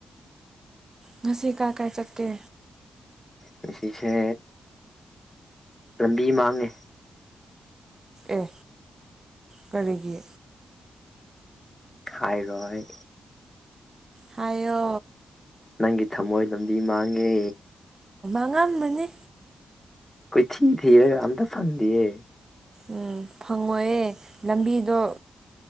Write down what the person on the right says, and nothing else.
ꯉꯁꯤ ꯀꯥ ꯀꯥꯏ ꯆꯠꯀꯦ
ꯑꯦ ꯀꯔꯤꯒꯤ
ꯍꯥꯏꯌꯣ
ꯉꯥꯟ ꯃꯅꯦ
ꯎꯝ ꯐꯪꯉꯣꯏꯌꯦꯦ ꯂꯝꯕꯤꯗꯣ